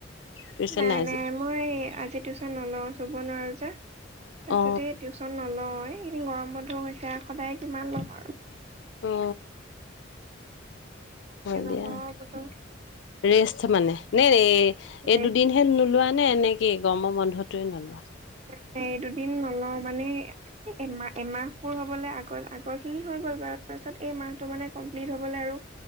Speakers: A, on the left; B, on the right.
A: টিউচন
B: নাই
A: আজি
B: নাই মই আজি টিউচন নলও চোব নোৱাৰো যে। তাৰপিছতে
A: অ
B: টিউশচন নলও, এই এইকেইদিন গৰম বন্ধ ও হৈছে আও সদায় কিমান লম আও।
A: অ। হয়
B: এ নলওঁ
A: দিয়া।
B: বোলো।
A: ৰেষ্ট মানে নে এই এই
B: ৰেষ্ট
A: দুদিনহে নোলোৱা নে এনে কি গৰমৰ বন্ধটোৱে নোলোৱা?
B: ন এই দুদিন নলওঁ মানে। এমাহ এমাহবোৰ হবলৈ আগৰ আগৰ খিনি হৈ গ'ল বাৰু তাৰপিছত এই মাহতটো মানে কমপ্লিট হবলৈ আৰু